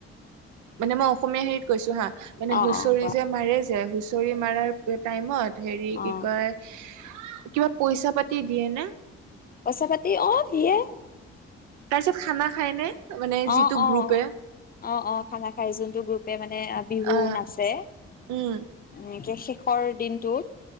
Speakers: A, on the right; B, on the left.
A: মানে মই। অসমীয়া হেৰিত কৈছো হা মানে
B: অ',
A: হুঁচৰি
B: অ', কোৱা
A: যে মাৰে যে হুঁচৰি মাৰ টাইমত হেৰি
B: অ',
A: কি। কয় কিবা পইচা পাতি দিয়ে ন।
B: পইচা পাতি অ দিয়ে।
A: তাৰপিছত খানা খায়নে মানে যিটো
B: অ', অ',
A: গ্ৰুপে।
B: অ', অ', খানা খাই যোনটো গ্ৰুপে মানে বিহু
A: অ
B: নাচে
A: উম
B: এনেকে শেষ শেষৰ দিনটোত